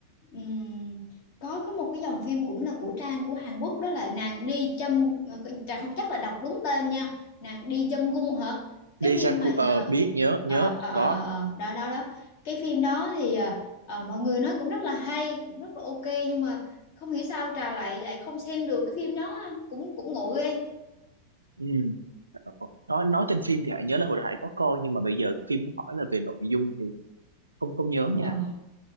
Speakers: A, on the left (about 50°); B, on the right (about 75°).
A: ừm. Có có một cái dòng phim cũng là của Trang của Hàn Quốc đó là nàng đi châm Trang không chắc là đọc đúng tên nha nàng đi châm gung hả
B: Dae
A: cái phim
B: Sang Ku
A: mà
B: ờ biết nhớ nhớ
A: ờ, ờ, ờ,
B: có
A: ờ, ờ, ờ, đó đó đó cái phim đó thì ờ, ờ, mọi người nói cũng rất là hay cũng rất là ok nhưng mà không hiểu sao Trà lại lại không xem được cái phim đó cũng cũng ngộ ghê
B: Ừ. Nói nói tên phim thì Hải nhớ là hồi đại có coi nhưng mà bây giờ phim nó hỏi là về nội dung thì không không nhớ nha.
A: Ờ.